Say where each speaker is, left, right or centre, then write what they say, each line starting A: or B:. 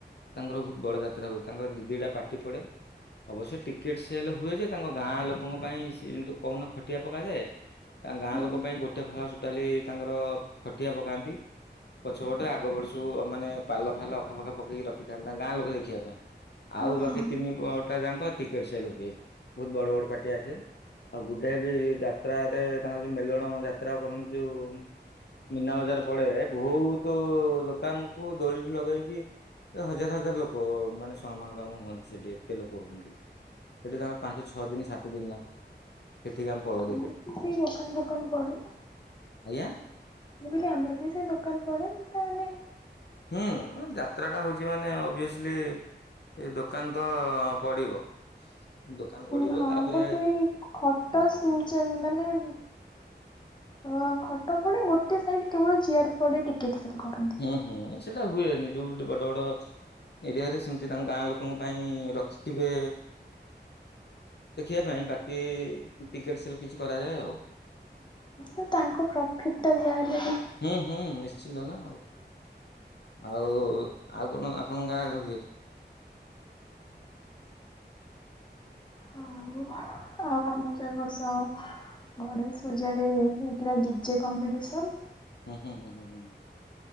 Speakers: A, on the left; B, on the left.
A: ତାଙ୍କର ବହୁତ ବଡ ଯାତ୍ରା ହୁଏ ତାଙ୍କର ଦି ଦିଟା ପାଟି ପଡେ ଅବଶ୍ୟ ଟିକେଟ ସେଲ ହୁଏ ଯେ ତାଙ୍କ ଗାଁ ଲୋକଙ୍କ ପାଇଁ ସିଏ ମତି କହୁନ ଖଟିଆ ପକାଯାଏ ତାଙ୍କ ଗାଁ
B: ହଁ
A: ଲୋକ ପାଇଁ ଗୋଟେ ଫାଳ ଟୋଟାଲି ତାଙ୍କର ଖଟିଆ ପକାନ୍ତି। ପଛ ପଟେ ଆଗ ପଟ ସୁ ମାନେ ପାଲ ଫାଲ ଆଖାପଖା ପକେଇକି ରଖିଥାନ୍ତି ତାଙ୍କ ଗାଁ ଲୋକ ଦେଖିବା ପାଇଁ।
B: ହଁ
A: ଆଉ ବାକି ତିନି ପ ଟା ଯାଙ୍କ ଟିକେଟ ସେଲ ହୁଏ ବହୁତ ବଡ ବଡ ପାର୍ଟି ଆସେ। ଆଉ ଗୁଡେ ବି ଯାତ୍ରା ରେ ତାଙ୍କର ଯୋଉ ମେଲଣ ଯାତ୍ରା କରନ୍ତି ଯୋଉ ମୀନା ବଜାର ପଡେ ବହୁତ ଦୋକାନକୁ ଦୋଳିଠୁ ଲଗେଇକି ହଜାର ହଜାର ଲୋକ ମାନେ ସମ ମ କାମ ହୁଅନ୍ତି ସେଠି। ତେ ଲୋକ ହୁଅନ୍ତି ସେଠି ତମର ପାଞ୍ଚ ଛଅ ଦିନ ସାତ ଦିନ ଲାଗ ସେଠିକି ଆମେ ପଳଉଛୁ।
B: ଆମ <unintelligible> ଦୋକାନ ଫୋକାନ ପଡେ।
A: ଆଜ୍ଞା
B: ମୁଁ କଇଲି ଆମର ବି ସେଇ ଦୋକାନ ପଡେ। ମୁଁ ତା ମାନେ
A: ହୁଁ ଉଁ ଯାତ୍ରା ଟା ହଉଛି ମାନେ ଅଭିଅସଲି ଏ ଦୋକାନ ତ ପଡିବ। ଦୋକାନ ପଡିବ
B: ଉଁ ହଁ
A: ତାପରେ
B: ଆମର ଏଇ ଖଟ ଶୁନଚନ ମାନେ ଅ ଖଟ ପଡେ ଗୋଟେ ସାଇଡ କେବଳ ଚେୟାର୍ ପଡେ ଟିକେଟ୍ ସେଲ କ
A: ହୁଁ ହୁଁ ସେଇଟା ହୁଏନି ଯୋଉଠି ବଡ ବଡ ଏରିଆ ରେ ସେମିତି ତାଙ୍କ ଗାଁ ଲୋକଙ୍କ ପାଇଁ ରଖିଥିବେ। ଦେଖିବା ପାଇଁ ବାକି ଟିକେଟ ସେଲ କିଛି କରାଯାଏ ଆଉ।
B: ହୁଁ ତାଙ୍କ ପ୍ରଫିଟ ଟା ଯାହାହେଲେ ବି।
A: ହୁଁ ହୁଁ ନିଶ୍ଚିନ୍ତ ନା ଆଉ, ଆଉ ଆଉ କଣ ଆପଣଙ୍କ ଗାଁ ଆଡେ ହୁଏ?
B: ଆଉ ଆଉ ଆମର ତ ଏ ବର୍ଷ ଗଣେଶ ପୂଜା ରେ ହେଇଥିଲା ଡିଜେ କମ୍ପିଟିସନ।
A: ହୁଁ ହୁଁ ହୁଁ ହଁ ହୁଁ